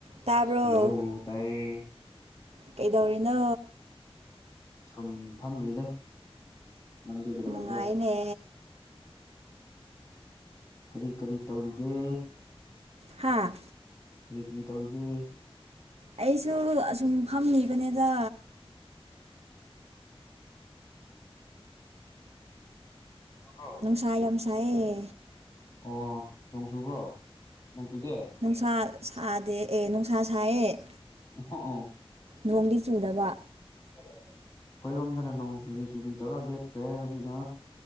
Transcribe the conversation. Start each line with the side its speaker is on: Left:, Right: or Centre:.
Right: ꯇꯥꯕ꯭ꯔꯣ
Left: Hello ꯇꯥꯏ
Right: ꯀꯩꯗꯧꯔꯤꯅꯣ
Left: ꯁꯨꯝ ꯐꯝꯔꯤꯗ ꯅꯪꯗꯤ ꯀꯩꯗꯧꯔꯤꯒꯦ
Right: ꯅꯨꯡꯉꯥꯏꯅꯦ
Left: ꯀꯔꯤ ꯀꯔꯤ ꯇꯧꯔꯤꯒꯦ
Right: ꯍꯥꯥ
Left: ꯀꯔꯤ ꯀꯔꯤ ꯇꯧꯔꯤꯒꯦ
Right: ꯑꯩꯁꯨ ꯑꯁꯨꯝ ꯐꯝꯂꯤꯕꯅꯤꯗ
Left: ꯇꯥꯕ꯭ꯔꯣ
Right: ꯅꯨꯡꯁꯥ ꯌꯥꯝ ꯁꯥꯏꯌꯦ
Left: ꯑꯣ ꯅꯣꯡ ꯆꯨꯕ꯭ꯔꯣ ꯅꯣꯡ ꯆꯨꯗꯦ
Right: ꯅꯨꯡꯁꯥ ꯁꯥꯗꯦ ꯑꯦ ꯅꯨꯡꯁꯥ ꯁꯥꯏꯌꯦ
Left: ꯍ
Right: ꯅꯣꯡꯗꯤ ꯆꯨꯝꯗꯕ
Left: ꯑꯩꯈꯣꯏꯔꯣꯝꯗꯅ ꯅꯣꯡ ꯆꯨꯔꯤ ꯆꯨꯔꯤ ꯇꯧꯔ ꯂꯦꯞꯈ꯭ꯔꯦ ꯍꯧꯖꯤꯛꯅ